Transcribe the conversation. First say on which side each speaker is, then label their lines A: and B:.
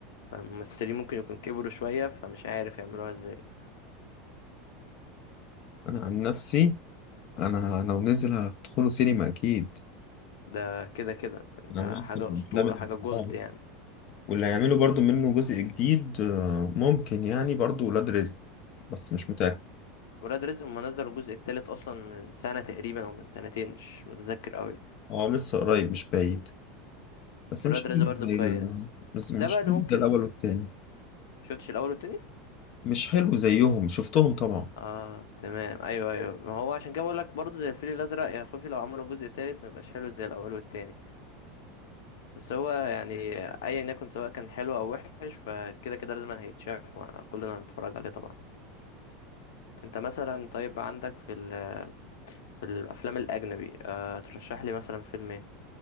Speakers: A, on the left; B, on the left.
A: فالممثلين ممكن يكون كبروا شوية فمش عارف يعملوها ازاي
B: انا عن نفسي انا لو نزل هدخله سينما اكيد
A: ده كده كده يعني
B: انا
A: ده
B: من
A: حاجة
B: أكتر الافلام
A: اسطورة
B: اللي
A: حاجة
B: بحبها
A: جولد
B: اصلا
A: يعني
B: واللي هيعملوا برضو منه جزء جديد آه، ممكن يعني برضو ولاد رزق بس مش متاكد
A: ولاد رزق هما نزلوا الجزء التالت اصلا من سنة تقريبا او من سنتين مش متذكر قوي
B: اه لسه قريب مش بعيد بس
A: ولاد
B: مش حلو
A: رزق برضه
B: زي
A: كويس
B: ال... بس
A: ده
B: مش
A: بقى اللي
B: حلو
A: ممكن
B: زي الاول والتاني
A: شفتش الاول والتاني
B: مش حلو زيهم شفتهم طبعا
A: اه تمام ايوه ايوه ما هو عشان كده بقول لك برضه زي الفيل الازرق يا خوفي لو عملوا جزء تالت ما يبقاش حلو زي الاول والتاني بس هو يعني ايا يكن سواء كان حلو او وحش فكده كده لازم هيتشاف وكلنا هنتفرج عليه طبعا انت مثلا طيب عندك في ال... في الافلام الاجنبي آه ترشح لي مثلا فيلم ايه